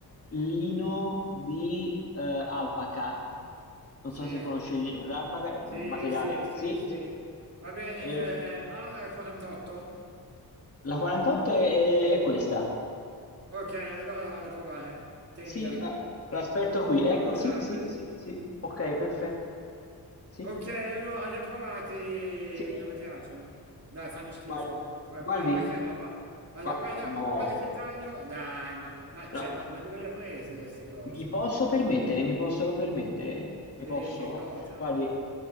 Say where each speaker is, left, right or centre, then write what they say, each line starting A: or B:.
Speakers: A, on the left; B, on the right.
A: lino di eh, alpaca. Non
B: Sì,
A: so se conosce il lino d'alpaca,
B: sì,
A: materiale.
B: sì, sì,
A: Sì,
B: sì.
A: sì.
B: Va bene,
A: E
B: eh, ha la 48?
A: la 48 è è- è questa.
B: Ok, allora la vado a provare. Tenga.
A: Sì, la- l'aspetto qui. Ecco,
B: Salve.
A: sì, sì, sì, sì. Ok, perfetto. Sì,
B: Ok, allora li ho provati,
A: sì.
B: non mi piacciono. Dai, fanno schifo.
A: Guardi,
B: Ma,
A: guardi,
B: ma- ma che roba? Guarda,
A: qua-
B: guarda,
A: no,
B: guarda che taglio. Dai, ma, ma-
A: no.
B: cioè, ma, ma dove le ha prese queste cose?
A: Mi posso permettere?
B: Dai.
A: Mi possono permettere?
B: Sì,
A: Mi posso?
B: che cosa?
A: Guardi,